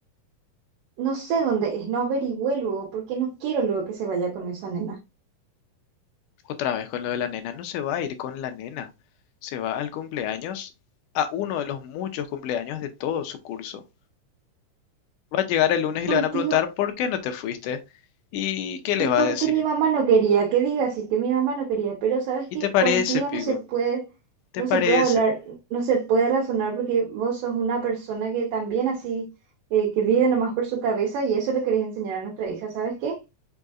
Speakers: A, on the right; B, on the left.
A: No sé dónde es, no averigüé luego porque no quiero luego que se vaya con esa nena.
B: Otra vez con lo de la nena, no se va a ir con la nena, se va al cumpleaños, a uno de los muchos cumpleaños de todo su curso. Va a llegar el lunes y le
A: Contigo,
B: van a preguntar ¿por qué no te fuiste? ¿Y qué le
A: y
B: va
A: porque
B: a decir?
A: mi mamá no quería, que diga así, que mi mamá no quería, pero sabes
B: ¿Y
A: que
B: te parece,
A: contigo
B: Pico?
A: no se puede,
B: ¿Te
A: no
B: parece?
A: se puede hablar, no se puede razonar porque vos sos una persona que también así, eh, que vive nomás por su cabeza y eso le querés enseñar a nuestra hija, ¿sabes qué?